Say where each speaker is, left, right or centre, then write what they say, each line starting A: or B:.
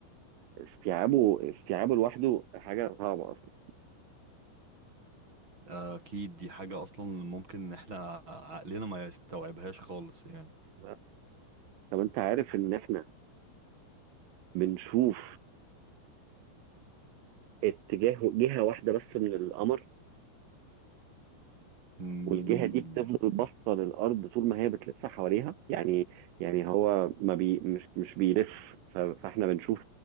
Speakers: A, on the right; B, on the right.
A: استيعابه استيعابه لوحده حاجة صعبة أصلا
B: أكيد دي حاجة أصلا ممكن إن إحنا عقلنا ما يستوعبهاش خالص يعني
A: لا. طب انت عارف ان احنا بنشوف اتجاه جهة واحدة بس من القمر
B: مم.
A: والجهة دي بتفضل باصة للأرض طول ما هي بتلف حواليها يعني يعني هو ما بي مش مش بيلف ف- فاحنا بنشوف